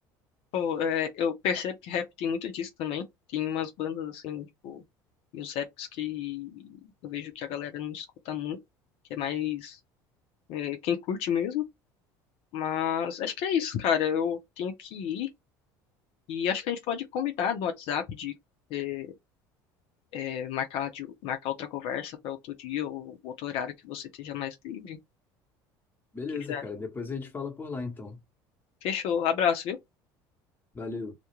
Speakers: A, on the left; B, on the left.
A: Pô, é, eu percebo que rap tem muito disso também. Tem umas bandas assim, tipo, e os raps que eu vejo que a galera não escuta muito, que é mais é, quem curte mesmo. Mas acho que é isso, cara. Eu tenho que ir e acho que a gente pode combinar no WhatsApp de é, é, marcar, de, marcar outra conversa para outro dia ou outro horário que você esteja mais livre. O
B: Beleza,
A: que que você
B: cara. Depois a gente fala por lá, então.
A: Fechou. Abraço, viu?
B: Valeu.